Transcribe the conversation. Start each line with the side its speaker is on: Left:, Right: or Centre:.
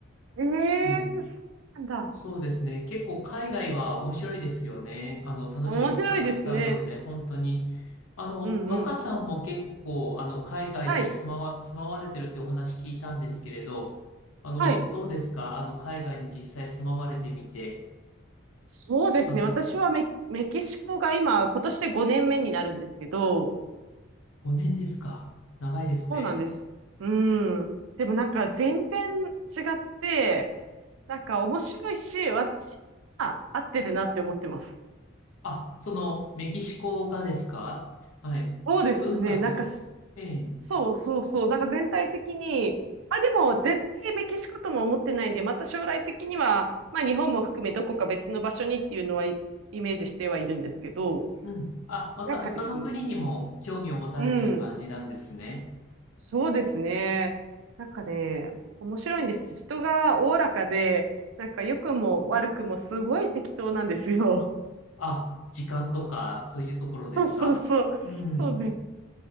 Right: ええーそうなんだ。
Left: ええそうですね。結構海外は面白いですよね。あの、楽しいことがたくさんあるので、
Right: 面白いですね。
Left: 本当に。あの、
Right: うんうん。
Left: 若さんも結構、あの、海外に住まわ、
Right: はい。
Left: 住まわれてるってお話聞いたんですけれど、あの、
Right: はい。
Left: どうですかあの、海外に実際住まわれてみて、
Right: そうですね。
Left: あの、
Right: 私はメ、メキシコが今、今年で5年目になるんですけど、
Left: 5年ですか長いですね。
Right: そうなんです。うん。でもなんか全然違って、なんか面白いし、私は合ってるなって思ってます。
Left: あ、その、メキシコがですかはい。
Right: そうですね。
Left: 文化という、
Right: なんかす、
Left: ええ、
Right: そうそうそう。なんか全体的に、あ、でも絶対メキシコとも思ってないんで、また将来的には、まあ日本も含めどこか別の場所にっていうのはイイメージしてはいるんですけど、
Left: うん。あ、また他の国にも興味を持たれてる感じなんですね。
Right: なんかですね。うん。そうですね。なんかね、面白いんです。人がおおらかで、なんか良くも悪くもすごい適当なんですよ。
Left: あ、時間とか、そういうところですか。
Right: <laughs> そうそうそう。
Left: うん。
Right: そうね。